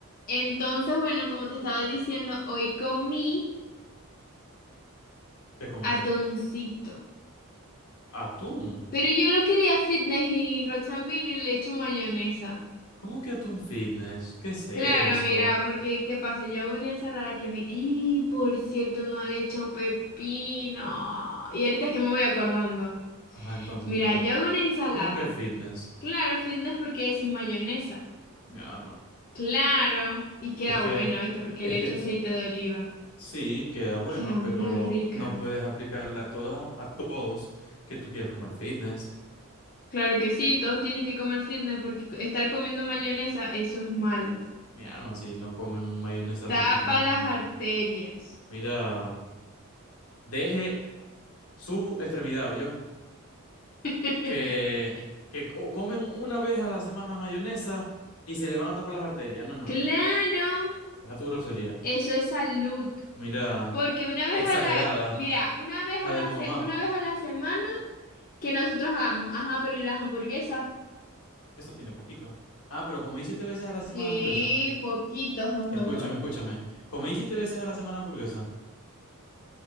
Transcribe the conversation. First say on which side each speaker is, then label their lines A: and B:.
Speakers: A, on the left; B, on the left.
A: Entonces, bueno, como te estaba diciendo, hoy comí
B: ¿Qué comiste?
A: atuncito,
B: ¿Atún?
A: Pero yo lo quería fitness y Roxanne vino y le echo mayonesa.
B: ¿Cómo que atún fitness? ¿Qué es eso?
A: Claro, mira, porque ¿qué pasa? Yo hago una ensalada que me... ¡Y por cierto, no le echo pepino! Y ahorita es que me voy acordando.
B: Ah, entonces,
A: Mira,
B: pero,
A: yo hago una ensalada.
B: ¿cómo que fitness?
A: Claro, fitness porque es sin mayonesa.
B: Ya, hermano.
A: Claro. Y queda
B: Es que,
A: bueno, ¿viste? Porque
B: es
A: le
B: que
A: echo aceite de oliva.
B: sí, queda bueno,
A: Queda
B: pero
A: muy rica.
B: no puedes aplicarla a todas, a todos que tú quieras comer fitness.
A: Claro que sí, todos tienen que comer fitness porque co- estar comiendo mayonesa, eso es malo.
B: Mi arma, si no comen mayonesa
A: Tapa
B: prácticamente
A: las
B: nunca.
A: arterias.
B: Mira, deje su extremidad, yo
A: <laughs>
B: Que, que co- comen una vez a la semana mayonesa y se le van a tapar las arterias. No, no,
A: Claro,
B: no. Deja tu grosería.
A: eso es salud.
B: Mira.
A: Porque una vez
B: Exagerada.
A: a la, mira, una vez
B: Hija
A: a
B: de
A: la,
B: tu
A: se-
B: mamá.
A: una vez a la semana que nosotros hagamos, ajá, pero ¿y las hamburguesas?
B: Eso tiene poquito. Ah, pero comí siete veces a la semana
A: Sí,
B: hamburguesa.
A: poquitos, ajá.
B: Escúchame, escúchame. Comí siete veces a la semana hamburguesa.